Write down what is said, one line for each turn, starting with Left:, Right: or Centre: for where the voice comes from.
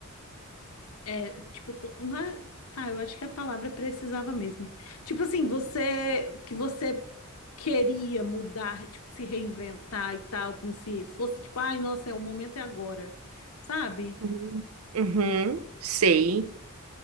Left: é, tipo, co- não é- tá, eu acho que a palavra é precisava mesmo. Tipo assim, você, que você queria mudar, tipo, se reinventar e tal, como se fosse, tipo, ai, nossa, é o momento é agora, sabe?
Right: Uhum, uhum, sei.